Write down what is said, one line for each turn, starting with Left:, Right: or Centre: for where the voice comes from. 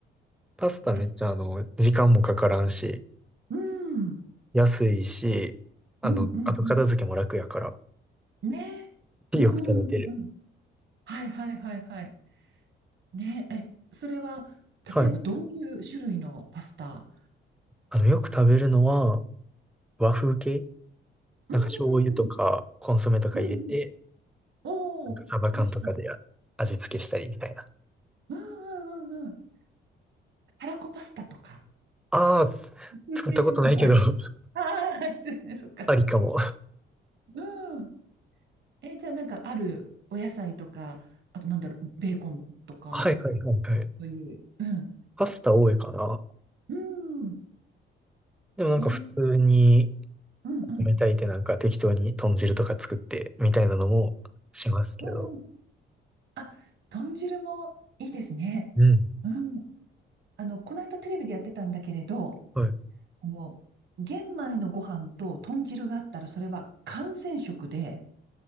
Centre: パスタめっちゃあの、
Right: え、
Centre: 時間もかからんし、
Right: うん。
Centre: 安いし、あの、
Right: うんうんうん。
Centre: あと片付けも楽やから、
Right: ねえ。
Centre: <laughs>
Right: うんうんうんうん。
Centre: よく食べてる。
Right: はいはいはいはい。ねえ、えそれは、
Centre: はい。
Right: 例えばどういう種類のパスタ
Centre: あの、よく食べるのは、和風系
Right: うんうんうん。
Centre: なんか醤油とか、コンソメとか入れて、
Right: うんうん。おお、
Centre: なんかサバ缶とかで
Right: 美味しそ
Centre: 味付けしたりみたいな。
Right: う。うんうんうんうん。たらこパスタとか。
Centre: ああ、
Right: 言っていたなんか。
Centre: 作ったことないけど <laughs>
Right: ああ、失礼そっか。
Centre: ありかも。
Right: うん。え、じゃあなんかあるお野菜とか、あとなんだろう、ベーコンとか、
Centre: はいはいはいはい。
Right: そういう。うん。
Centre: パスタ多いかな。
Right: うん。
Centre: でもなんか普通に、
Right: えーうんうん。
Centre: 米炊いてなんか適当に豚汁とか作ってみたいなのもしますけど。
Right: うんうん。あ、豚汁もいいですね。
Centre: うん。
Right: うん。あの、この間テレビでやってたんだけれど、
Centre: はい。
Right: あの、玄米のご飯と豚汁があったら、それは完全食で、